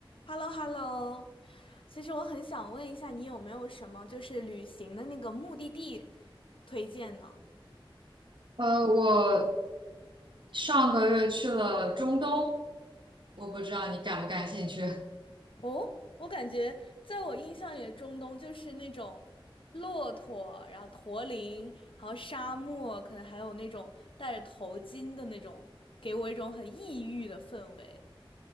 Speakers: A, on the left; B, on the right.
A: h e l l o h e l l o 其实我很想问一下，你有没有什么就是旅行的那个目的地推荐呢？
B: 呃，我上个月去了中东，我不知道你感不感兴趣。
A: 哦，我感觉在我印象里，中东就是那种骆驼，然后驼铃，然后沙漠，可能还有那种戴着头巾的那种，给我一种很异域的氛围。